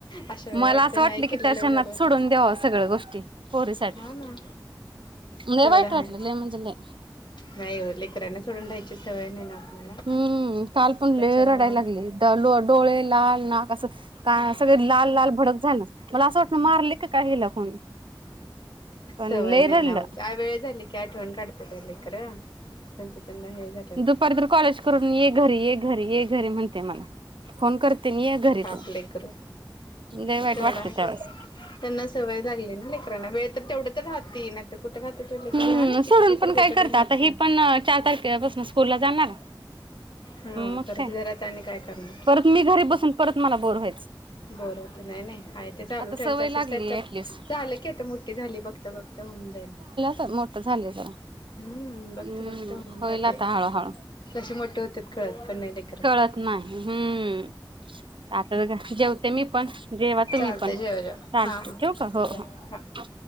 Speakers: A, on the left (about 65°); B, on the right (about 80°).
A: अशा वेळी
B: मला
A: वाटतं
B: असं वाटलं
A: नाही केलेलं
B: की, त्या क्षनात
A: बरं
B: सोडून द्यावं सगळं गोष्टी, पोरीसाठी.
A: हा ना
B: लय
A: तेवढं
B: वाईट
A: आहे
B: वाटलं, लय म्हणजे लय.
A: नाही ओ, लेकरांना सोडून रहायची सवय नाही ना. आपल्याला
B: हं, काल पण
A: त्याच्यामुळं
B: लय रडाय लागली, द लो डोळे लाल, नाक असं काय सगळे लाल लाल भडक झालं, मला असं वाटलं मारलंय का काय हीला कोणी? पण
A: सवय
B: लय
A: नाही
B: रडलं
A: नाव, त्या वेळ झाली की आठवण काढत्यात व लेकरं. त्यांच त्यांना हे जा
B: दुपार तर कॉलेज करून ये घरी ये घरी ये घरी म्हणते मला, फोन करतेन ये घरी
A: पाप
B: तू,
A: लेकरं
B: लय वाईट
A: तेवढं
B: वाटतं
A: आहे
B: त्यावेळेस.
A: त्यांना सवय लागली आहे ना लेकराना, वेळ तर तेवढं तर राहती, नाही तर कुठं राहतेत ओ लेकरं
B: हम्म
A: लहानच
B: सोडून
A: आहे की ती,
B: पण
A: तर कुठे
B: काय करता
A: लय मोठी
B: आता हे
A: आहे?
B: पण चार तारखेला पासन स्कूलला जाणार.
A: हम्म,
B: मग
A: परत
B: काय
A: घरात आणि काय करणार?
B: परत मी घरी बसून परत मला बोर व्हायचं.
A: बोर होतं, नाही नाही, आहे ते चालू
B: आता
A: ठेवायचं,
B: सवय
A: असंच
B: लागली
A: काय तर
B: ऍटलिस्ट
A: झालं की आता मोठी झाली, बघता बघता होऊन जाईल.
B: त मोठं झालंय जरा.
A: हम्म, बघता
B: हम्म
A: बघता होऊन
B: होईल
A: जातंय,
B: आता हळूहळू
A: कसे मोठे होतेत कळत पण नाही लेकरं.
B: कळत नाही, हम्म, आता तर काय, जेव ते मी पण जेवा तुम्ही
A: चालतंय
B: पण
A: जेवा जेवा
B: चालते
A: हा हा
B: ठेवू का? हो.
A: बाय हा